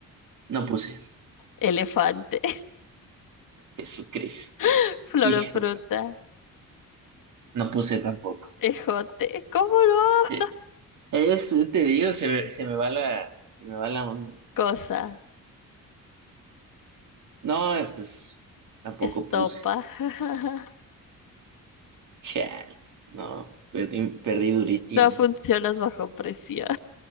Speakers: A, on the right; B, on the left.
A: No puse.
B: Elefante.
A: Jesucristo.
B: <laughs> Flor
A: Hijo,
B: o fruta.
A: no puse tampoco.
B: Ejote. ¿Cómo no?
A: Eh, Es, te digo, se, me- se me va la, se me va la on-
B: Cosa.
A: No, eh, pues tampoco
B: Estopa.
A: puse.
B: <laughs>
A: Chale, no, perdí, perdí durísimo.
B: No funcionas bajo presión.